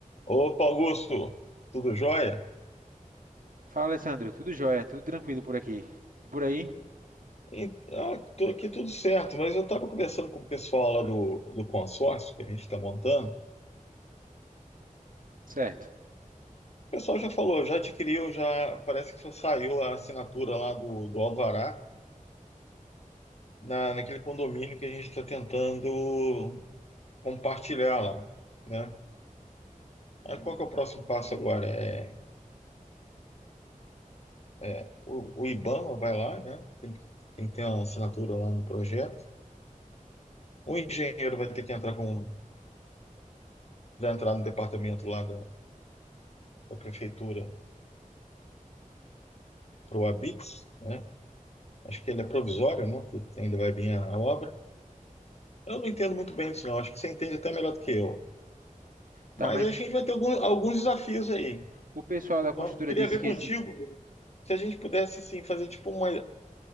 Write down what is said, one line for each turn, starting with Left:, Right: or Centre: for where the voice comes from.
Left: Opa, Augusto, tudo jóia?
Right: Fala, Alessandro. Tudo jóia, tudo tranquilo por aqui. E por aí?
Left: Então, tô aqui tudo certo, mas eu estava conversando com o pessoal lá do, do consórcio que a gente está montando. O
Right: Certo.
Left: pessoal já falou, já adquiriu, já parece que só saiu a assinatura lá do, do Alvará na, naquele condomínio que a gente está tentando compartilhar lá, né? Aí
Right: Hum.
Left: qual que é o próximo passo agora? É, é, o, o IBAMA vai lá, né? Tem, que- tem que ter a assinatura lá no projeto. O engenheiro vai ter que entrar com, vai entrar no departamento lá da prefeitura para o Abits, né? Acho que ele é provisório, né? Porque ainda vai vir a, a obra. Eu não entendo muito bem isso, não. Acho que você entende até melhor do que eu.
Right: Tá,
Left: Mas
Right: mas
Left: a gente vai ter algum- alguns desafios aí.
Right: o pessoal da
Left: Então,
Right: construtora
Left: queria
Right: disse
Left: ver
Right: que
Left: contigo
Right: esse.
Left: se a gente pudesse assim fazer tipo uma,